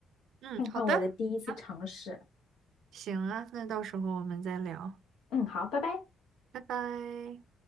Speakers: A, on the right (about 80°); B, on the left (about 85°).
A: 嗯，
B: 看看我的第一次尝试。
A: 好的，啊，行啊，那到时候我们再聊，
B: 嗯，好，拜拜。
A: 拜拜。